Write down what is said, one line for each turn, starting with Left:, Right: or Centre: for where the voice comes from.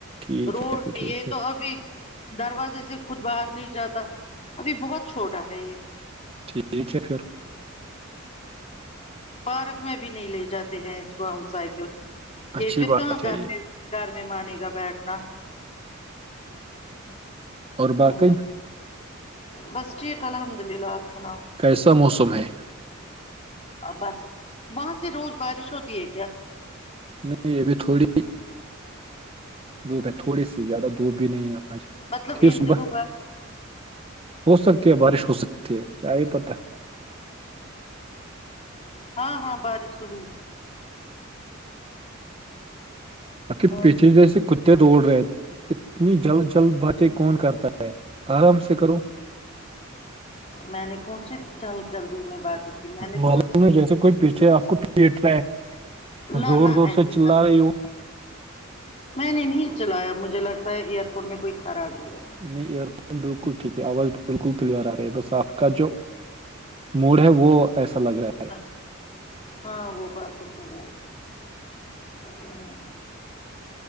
Right: ٹھیک
Left: روڈ
Right: ہے پھر ٹھیک
Left: یہ
Right: ہے
Left: تو ابھی دروازے سے خود باہر نہیں جاتا ابھی بہت چھوٹا ہے یہ
Right: ٹھیک ہے پھر
Left: پارک میں بھی نہیں لے جاتے ہیں اس کو ہم سائیکل
Right: اچھی
Left: یہ پھر
Right: بات
Left: کہاں
Right: ہے
Left: گاتے
Right: یہ
Left: گھر میں مانے گا بیٹھنا
Right: اور باقی
Left: ہوں بس ٹھیک الحمد للہ آپ سناؤ
Right: کیسا موسم ہے
Left: بس وہاں سے روز بارش ہوتی ہے کیا
Right: نہیں ابھی تھوڑی دھوپ ہے تھوڑی سی زیادہ دھوپ بھی نہیں ہے
Left: مطلب
Right: پھر
Left: ان
Right: صبح
Left: دنوں با
Right: ہو سکتی ہے بارش ہو سکتی ہے کیا یہ پتا
Left: ہاں ہاں بارش تو ہوئی تھی
Right: باقی
Left: اور
Right: پیچھے ج سے کتے دوڑ رہے اتنی جلد جلد باتیں کون کرتا ہے آرام سے کرو
Left: میں نے کون سی جلد جلدی میں باتیں کی میں نے
Right: معلوم
Left: تو بس
Right: جیسے کوئی پیچھے آپ کو ھیٹ رہا ہے
Left: نہ
Right: زور
Left: نہ
Right: زور
Left: ایسی
Right: سے چلا
Left: بات
Right: رہی
Left: نہیں،
Right: ہوں
Left: میں نے نہیں چلایا مجھے لگتا ہے ایئر فون میں کوئی خرابی ہے
Right: نہیں ایئر فون بالکل ٹھیک ہے آواز بالکل کلیئر آ گی ہے بس آپ کا جو موڈ ہے وہ ایسا لگ رہا ہے
Left: اچھا ہاں وہ بات تو صحیح ہے ہوں،